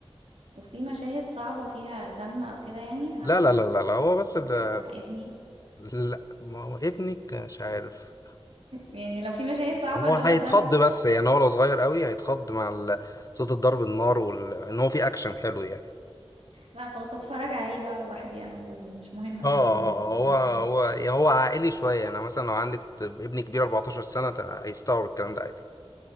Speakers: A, on the right; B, on the left.
A: وفي مشاهد صعبة فيها دم أو كده يعني عشان
B: لا لا لا لا, لا هو بس ال...
A: لو مع ابني
B: لا ما هو ابنك مش عارف
A: يعني لو في مشاهد صعبة
B: هو
A: اللي
B: هيتخض
A: هو دم وكده
B: بس يعني هو لو صغير قوي هيتخض مع ال- صوت الضرب النار وال... ان هو في اكشن حلو يعني
A: لا خلاص اتفرج عليه بقى لوحدي أنا وجوزي مش مهم هو
B: اه آه،
A: بيكون
B: هو
A: معايا
B: هو هو عائلي شويه يعني مثلا لو عندك ابن كبير 14 سنه تا- هيستوعب الكلام ده عادي